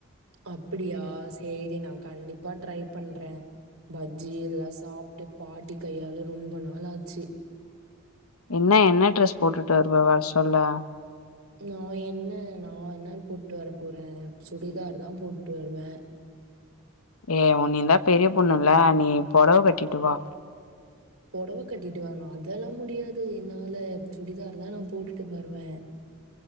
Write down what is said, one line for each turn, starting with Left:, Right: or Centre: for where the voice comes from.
Right: அப்டியா சேரி நா கண்டிப்பா ட்ரை பண்றே பஜ்ஜி இதலா சாப்ட்டு பாட்டி கையால ரொம்ப நாளாச்சு.
Left: என்ன என்ன ட்ரெஸ் போட்டுட்டு வருவ வர சொல்ல
Right: நா என்ன நா என்ன போட்டு வர போறே சுடிதார் தா போட்டு வருவே
Left: ஏ உ நீ தா பெரிய பொண்ணு இல்ல நீ பொடவ கட்டிட்டு வா
Right: பொடவ கட்டிட்டு வரணு அதெல்லா முடியாது என்னால சுடிதார தா நா போட்டுட்டு வருவேன்